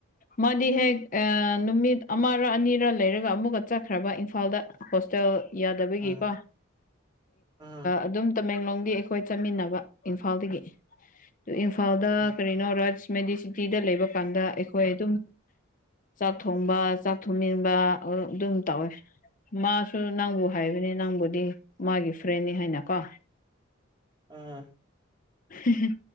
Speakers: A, on the left; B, on the right.
A: ꯃꯥꯗꯤ ꯍꯦꯛ ꯅꯨꯃꯤꯠ ꯑꯃꯔ ꯑꯅꯤꯔ ꯂꯩꯔꯒ ꯑꯃꯨꯛ ꯆꯠꯈ꯭ꯔꯕ ꯏꯝꯐꯥꯜꯗ ꯍꯣꯁꯇꯦꯜ ꯌꯥꯗꯕꯒꯤꯀꯣ
B: ꯎꯝ ꯑꯥ
A: ꯑꯗꯨꯝ ꯇꯃꯦꯡꯂꯣꯡꯗꯤ ꯑꯩꯈꯣꯏ ꯆꯠꯃꯤꯟꯅꯕ ꯏꯝꯐꯥꯜꯗꯒꯤ ꯑꯗꯨ ꯏꯝꯐꯥꯜꯗ
B: ꯎꯝ
A: ꯀꯔꯤꯅꯣ
B: ꯑꯥ
A: ꯔꯥꯖ ꯃꯦꯗꯤꯁꯤꯇꯤꯗ ꯂꯩꯕ ꯀꯥꯟꯗ ꯑꯩꯈꯣꯏ ꯑꯗꯨꯝ ꯆꯥꯛ ꯊꯣꯡꯕ ꯆꯥꯛ ꯊꯣꯡꯅꯤꯡꯕ ꯑꯗꯨꯝ ꯇꯧꯋꯦ ꯃꯥꯁꯨ ꯅꯪꯕꯨ ꯍꯥꯏꯕꯅꯤ ꯅꯪꯕꯨꯗꯤ ꯃꯥꯒꯤ ꯐ꯭ꯔꯦꯟꯅꯤ ꯍꯥꯏꯅꯀꯣ
B: ꯑ
A: ꯍꯝ